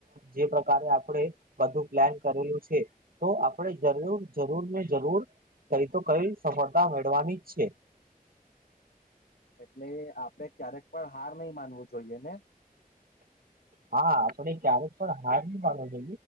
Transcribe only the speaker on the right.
જે પ્રકારે આપણે બધું પ્લાન કરેલું છે તો આપણેે જરૂર જરૂર ને જરૂર કઈ તો કઈ સફળતા મેળવાની જ છે
હા આપણે ક્યારેક પણ હાર પાડ છે.